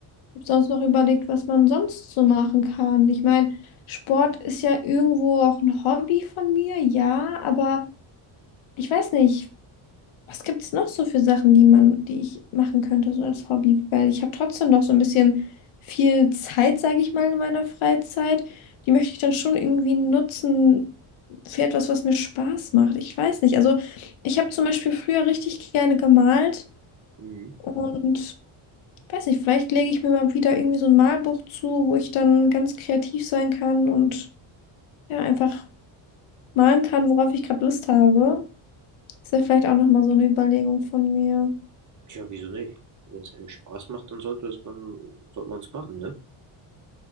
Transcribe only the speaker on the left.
Ich habe sonst noch überlegt, was man sonst so machen kann. Ich meine, Sport ist ja irgendwo auch ein Hobby von mir, ja, aber ich weiß nicht. Was gibt es noch so für Sachen, die man, die ich machen könnte, so als Hobby? Weil ich habe trotzdem noch so ein bisschen viel Zeit, sage ich mal, in meiner Freizeit. Die möchte ich dann schon irgendwie nutzen für etwas, was mir Spaß macht. Ich weiß nicht. Also ich habe zum Beispiel früher richtig gerne gemalt
und weiß nicht, vielleicht lege ich mir mal wieder irgendwie so ein Malbuch zu, wo ich dann ganz kreativ sein kann und ja, einfach malen kann, worauf ich gerade Lust habe. Das wäre vielleicht auch nochmal so eine Überlegung von mir.